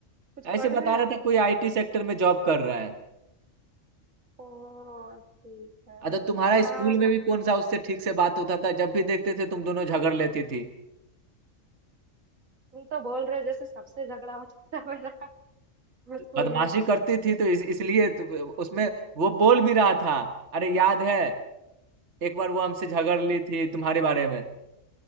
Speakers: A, on the right; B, on the right.
A: कुछ
B: ऐसे
A: पढ़
B: बता
A: रहा
B: रहा
A: है
B: था कोई आईटी सेक्टर में जॉब कर रहा है
A: ओ ठीक है
B: अच्छा तुम्हारा
A: हाँ
B: स्कूल
A: सॉरी
B: में भी कौन सा उससे ठीक से बात होता था जब भी देखते थे तुम दोनों झगड़ लेती थी
A: तुम तो बोल रहे हो जैसे सबसे झगड़ा होता था मेरा <laughs>
B: तो
A: स्कूल
B: बदमाशी
A: में
B: करती थी तो इस, इसलिए तो उसमें वो बोल भी रहा था अरे याद है एक बार वो हमसे झगड़
A: हाँ
B: ली थी तुम्हारे बारे में